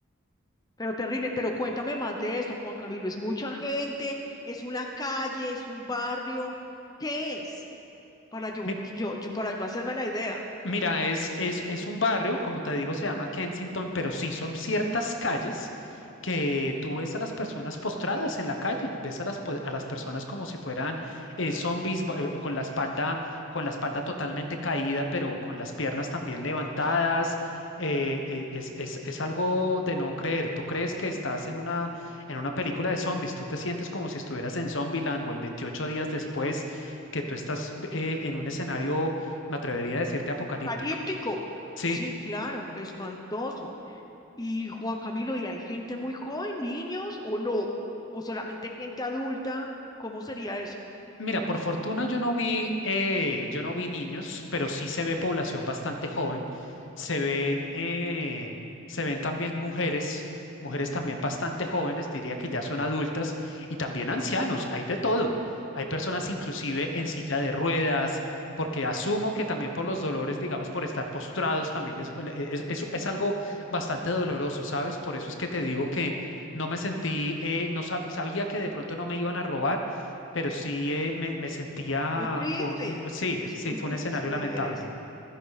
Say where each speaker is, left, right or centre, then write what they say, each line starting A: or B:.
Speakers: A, on the left (about 20°); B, on the left (about 65°).
A: Pero terrible, pero cuéntame más de eso, Juan Camilo. ¿Es mucha gente? ¿Es una calle? ¿Es un barrio? ¿Qué es? Para yo,
B: Mi-
A: yo, yo- para yo hacerme la idea.
B: Mira, es, es, es un barrio, como te digo, se llama Kensington, pero sí son ciertas calles que tú ves a las personas postradas en la calle, ves a las, po- a las personas como si fueran eh, zombies ba- eh, con la espalda, con la espalda totalmente caída, pero con las piernas también
A: Ay,
B: levantadas.
A: Dios
B: eh, eh, es, es, es algo de no creer. Tú crees que estás en una, en una película de zombies, tú te sientes como si estuvieras en Zombieland o en veintiocho días después, que tú estás eh, en un escenario me atrevería a decirte apocalíptico.
A: Apocalíptico.
B: Sí,
A: Sí, claro, espantoso. Y Juan Camilo, ¿y hay gente muy joven, niños o no? ¿O solamente gente adulta? ¿Cómo sería eso?
B: Mira, por fortuna yo no vi, eh, yo no vi niños, pero sí se ve población bastante joven. Se ven, eh, se ven también mujeres, mujeres también bastante jóvenes, diría que ya son adultas, y también ancianos, hay de todo. Hay personas inclusive en
A: Ah,
B: silla de ruedas, porque asumo que también por los dolores, digamos, por estar postrados, también les- le- e, es, es-
A: ah,
B: es algo bastante doloroso, ¿sabes? Por eso es que te digo que no me sentí, eh, no sab- sabía que de pronto no me iban a robar pero sí eh, me, me sentía,
A: Muy triste,
B: co- sí,
A: es
B: sí,
A: muy
B: fue
A: triste
B: un escenario lamentable.
A: ver eso,